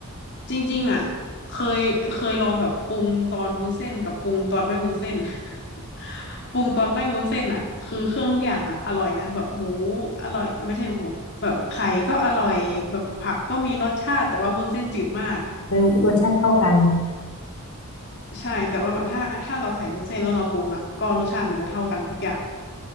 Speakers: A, on the left; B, on the left.
A: จริงๆอ่ะเคยเคยลองแบบปรุงตอนวุ้นเส้นกับปรุงตอนไม่วุ้นเส้น <laughs> ปรุงตอนไม่วุ้นเส้นอ่ะคือเครื่องทุกอย่างอ่ะอร่อยนะแบบหมูอร่อยเอ้ยไม่ใช่หมูแบบไข่ก็อร่อยแบบผักก็มีรสชาติแต่ว่าวุ้นเส้นจืดมาก
B: เออรสชาติเท่ากัน
A: ใช่แต่ว่าแบบถ้าถ้าเราใส่วุ้นเส้นแล้วเราปรุงอ่ะก็รสชาติมันจะเท่ากันทุกอย่าง